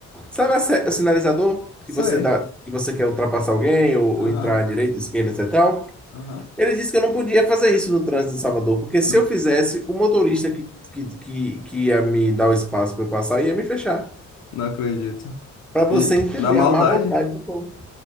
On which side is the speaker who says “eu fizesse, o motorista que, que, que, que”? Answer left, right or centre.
Centre